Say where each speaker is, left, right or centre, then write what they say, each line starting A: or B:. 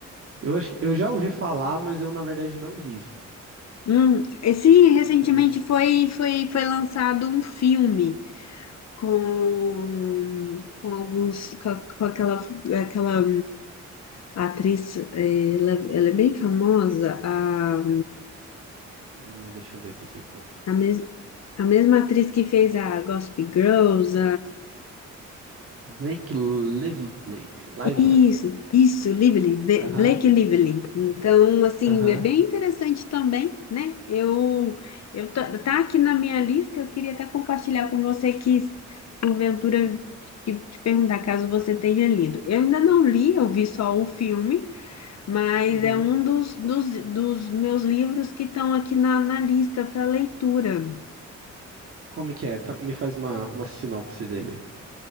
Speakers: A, on the right; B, on the left.
A: eu acho que eu já ouvi falar, mas eu na verdade não li.
B: Hum, e sim, recentemente
A: Mas eu,
B: foi, foi, foi lançado um filme com, com alguns com, a- com aquela, aquela atriz, eh, ela, ela é bem famosa, a,
A: Hum, deixa eu ver aqui se eu encontro.
B: a, mes, a mesma atriz que fez a Gossip Girls,
A: Blake Lively. Lively.
B: Isso, isso, Lively, Be-
A: Aham,
B: Blake Lively. Então, assim,
A: aham.
B: é bem interessante também, né? Eu, eu tá, tá aqui na minha lista, eu queria até compartilhar com você que, porventura, que te perguntar caso você tenha lido. Eu ainda não li, eu vi só o filme, mas
A: Uhum.
B: é um dos, dos, dos meus livros que estão aqui na, na lista para leitura.
A: Como que é? Fa- Me faz uma, uma sinopse dele.